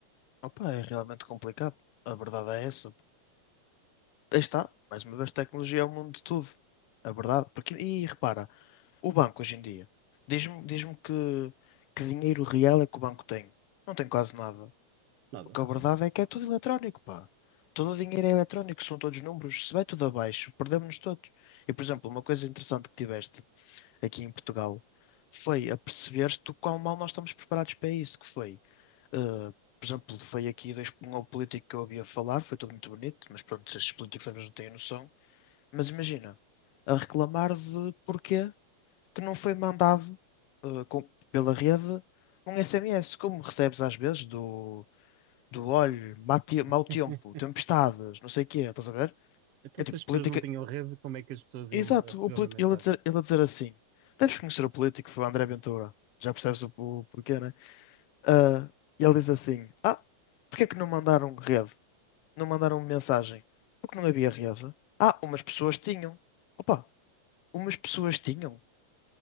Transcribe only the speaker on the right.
Nada,
sim.
<laughs>
Então,
se
as pessoas
não tinham rede, como é que as pessoas iam
ma- receber
uma mensagem?